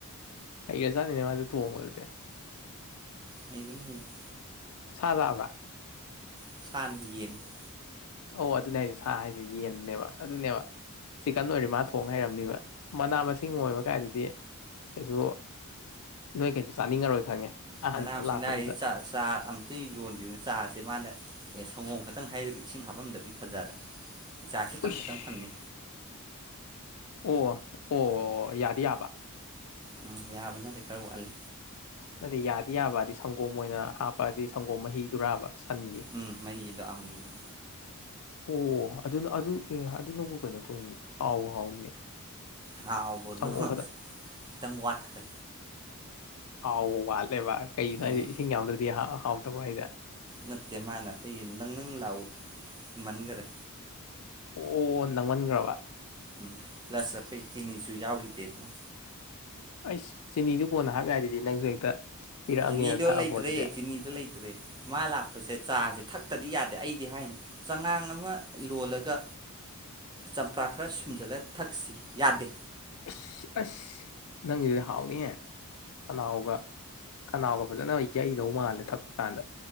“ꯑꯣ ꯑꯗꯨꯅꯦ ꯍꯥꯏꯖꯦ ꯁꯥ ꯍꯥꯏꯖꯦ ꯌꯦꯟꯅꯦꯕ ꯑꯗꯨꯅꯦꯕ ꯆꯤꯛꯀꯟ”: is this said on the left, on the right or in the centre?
Left